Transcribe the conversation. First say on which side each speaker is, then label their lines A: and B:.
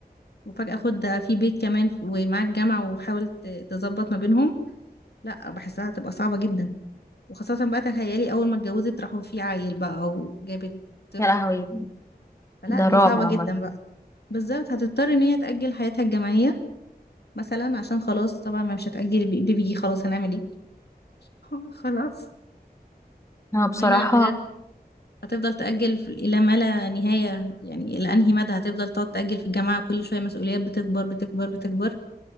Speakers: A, on the left; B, on the left.
A: وفجأة خد ده في بيت كمان ومعاك جامعة وحاول ت- تظبط ما بينهم لا بحسها هتبقى صعبة جدا وخاصة بقى تخيلي اول ما اتجوزت راحوا في عيل بقى او جابت طفل
B: يا لهوي
A: فلا
B: ده
A: دي
B: رعب
A: صعبة
B: عامه
A: جدا بقى بالظبط هتضطر ان هي تأجل حياتها الجامعية مثلا عشان خلاص طبعا ما مش هتأجل بي- بيبي خلاص هنعمل ايه <laughs> خلاص
B: انا بصراحه
A: وهنا بجد هتفضل تأجل في- إلى ما لا نهاية يعني إلى أنهي مدى هتفضل تقعد تأجل في الجامعة كل شوية مسؤوليات بتكبر بتكبر بتكبر